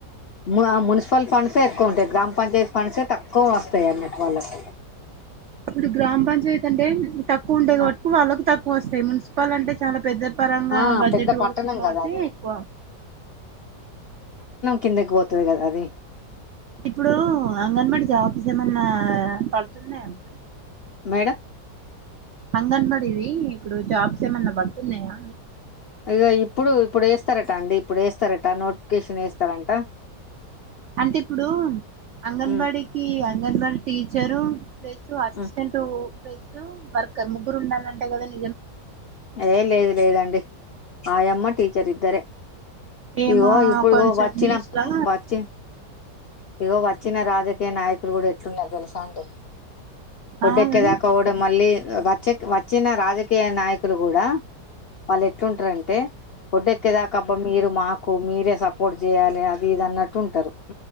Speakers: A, on the left (about 75°); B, on the right (about 60°).
A: ము ఆ మున్సిపల్ ఫండ్స్యే ఎక్కువ ఉంటయ్. గ్రామ పంచాయత్. ఫండ్సే తక్కువ వస్తాయి అన్నట్టు వాళ్ళకి.
B: ఇప్పుడు గ్రామ పంచయతి అంటే తక్కువ ఉండే గాబట్టి
A: ఆ
B: వాళ్ళకు తక్కువ వస్తయ్. మున్సిపల్ అంటే చాలా పెద్ద. పరంగా
A: ఆ
B: బడ్జెట్
A: పెద్ద
B: పడితై
A: పట్టణం
B: గాబట్టి
A: కదా అది
B: బాన్
A: కిందక్ గోత్తరు గదా అది.
B: ఇప్పుడూ అంగన్వాడి జాబ్స్ ఏమన్నా పడుతున్నాయా మేడం.
A: మేడం
B: అంగన్వాడి వి ఇప్పుడు జాబ్స్ ఏమన్న పడుతున్నయా.
A: ఇగో ఇప్పుడు ఇప్పుడు వేస్తారట అండి. ఇప్పుడు వేస్తారట్. ట నోటిఫికేషన్ వేస్తరంట.
B: అంటే ఇప్పుడు అంగన్వాడికి
A: ఉమ్
B: అంగన్వాడి టీచరు ప్లస్సు అసిస్టెంట్
A: ఉమ్
B: ప్లేస్ లో వర్కర్ ముగ్గురుండాలంట కదండ్.
A: ఏ లేదు లేదండి ఆయమ్మ టీచర్ ఇద్దరే.
B: ఏమో
A: ఇగో ఇప్పుడు
B: కొంచెం
A: ఇగో వచ్చినం
B: న్యూస్ లా
A: వచ్చి. ఇగో వచ్చిన రాజు. ఇగ నాయకులు గూడా ఎట్లుండాలో తెలుసా అండి. వొడ్డెక్కే
B: ఆ మేడం
A: దాక్ ఓడ మళ్ళి. వ్ వచ్చెక్ వచ్చిన రాజకీయ నాయకులు గూడా. వల్లెట్రుంట్రంటే ఓడ్డేక్కేదాకా అబ్బ మీరు మాక్. కు మీరే సపోర్ట్ చేయ్యాలె అది ఇది అన్నట్టు ఉంటారు